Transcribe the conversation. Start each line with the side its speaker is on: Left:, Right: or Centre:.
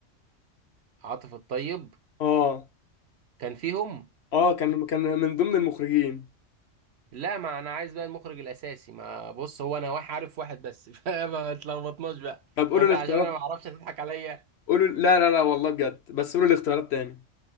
Right: عاطف الطيب
Left: اه
Right: كان فيهم
Left: اه كان كان من ضمن المخرجين
Right: لا ما انا عايز بقى المخرج الاساسي ما بص هو انا واحد عارف واحد بس <laughs> فما تلخبطناش بقى
Left: طب قولوا
Right: ولا
Left: الاختيارات
Right: عشان انا ما اعرفش هتضحك عليا
Left: قولوا لا لا لا والله بجد بس قولوا الاختيارات تاني